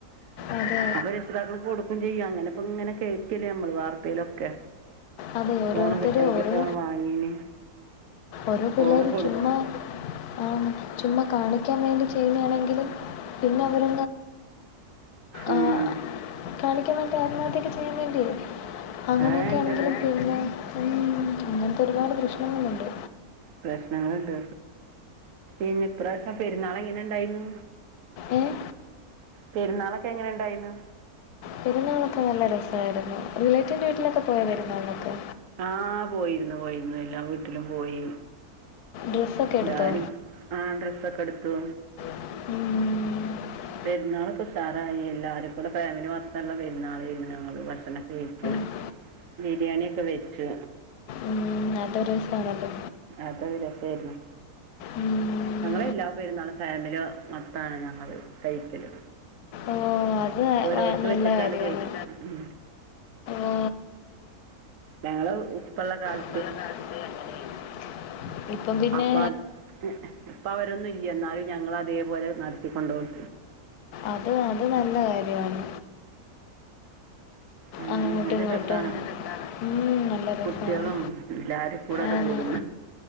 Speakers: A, on the left; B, on the right.
A: അതെ
B: അപ്പൊ രക്ഷിതാക്കൾ കൊടുക്കും ചെയ്യും അങ്ങനെപ്പ ഇങ്ങനെ കേക്കല്ലേ നമ്മൾ വാർത്തയിലൊക്കെ
A: അതെ ഓരോരുത്തരും
B: ഫോണ് കിട്ടായിട്ട്
A: ഓരോ
B: ഫോൺ വാങ്ങിന്
A: ഓരോ പിള്ളേരും
B: ഫോണ് കൊടു
A: ചുമ്മാ ആഹ് ചുമ്മാ കാണിക്കാൻ വേണ്ടി ചെയ്യുന്നയാണെങ്കിലും പിന്നെ അവര
B: ഉം
A: ആഹ് കാണിക്കാൻ വേണ്ടി ആത്മാഹത്യൊക്കെ ചെയ്യാൻ വേണ്ടി അങ്ങനെയൊക്കെയാണെങ്കിലും
B: ആ ഉണ്ട് ഉണ്ട്
A: പിന്നെ ഉം അങ്ങനത്തെ ഒരുപാട് പ്രശ്നങ്ങളുണ്ട്
B: പ്രശ്നങ്ങളുണ്ട് ഇനി പ്രാവശ്യം പെരുന്നാൾ എങ്ങനെ ഇണ്ടായിന്ന്
A: ഏഹ്
B: പെരുന്നാളൊക്കെ എങ്ങനെ ഉണ്ടായിന്ന്
A: പെരുന്നാളൊക്കെ നല്ല രസമായിരുന്നു റിലേറ്റിന്റെ വീട്ടിലൊക്കെ പോയ വെരുന്നാളൊക്കെ
B: ആഹ് പോയിരുന്നു പോയിരുന്നു എല്ലാ വീട്ടിലും പോയി
A: ഡ്രസ്സൊക്കെ എടുത്തോ
B: ഞാലും ആഹ് ഡ്രസ്സൊക്കെ എടുത്തു
A: ഉം
B: പെരന്നാളോക്ക ഉസാറായി എല്ലാരും കൂടെ ഫാമിലി മൊത്തള്ള പെരുന്നാൾരുന്നു ഞ ഭക്ഷണക്കെ കഴിച്
A: ഓ
B: ബിരിയാണി ഒക്കെ വെച്ചു
A: ഉം അതൊരു പറല്ലേ
B: അതരു രസായിരുന്നു
A: ഉം.
B: ഞങ്ങളെ എല്ലാ പെരുന്നാള ഫാമിലിയോ മൊത്തമാണ് ഞങ്ങത് കഴിക്കല്
A: ഓഹ് അത്
B: ഓരോടത്ത
A: വ- നല്ല
B: വെച്ചിട്ടാണ്
A: കാര്യമാണ്
B: കേയ്ക്ക ഉം
A: ഓ
B: ഞങ്ങള് ഉപ്പള്ള കാല
A: ുള്ള കാലത്തെ അങ്ങനെയാണ് ഇപ്പം പിന്നെ
B: അപ്പം അത് ഇപ്പം അവരൊന്നും ഇല്ല എന്നാലും ഞങ്ങൾ അതേപോലെ നടത്തിക്കൊണ്ടുപോകും
A: അത് അത് നല്ല കാര്യമാണ്
B: അങ്ങനെ
A: അങ്ങോട്ടും
B: നല്ല
A: ഇങ്ങോട്ടും
B: രസാണ്
A: ഉം നല്ല രസമാണ്
B: കുട്ടികളും എല്ലാരും കൂടെ അങ്ങട്
A: ആഹ്
B: കൂടുന്നു